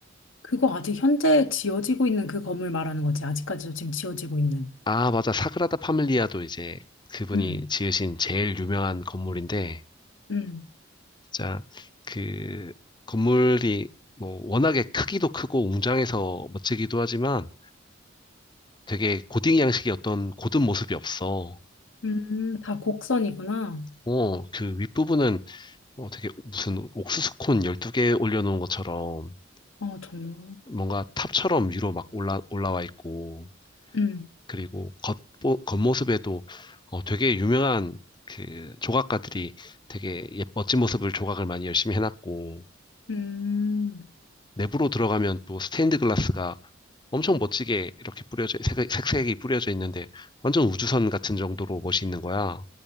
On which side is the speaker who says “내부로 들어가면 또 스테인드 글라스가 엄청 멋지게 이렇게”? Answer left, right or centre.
Left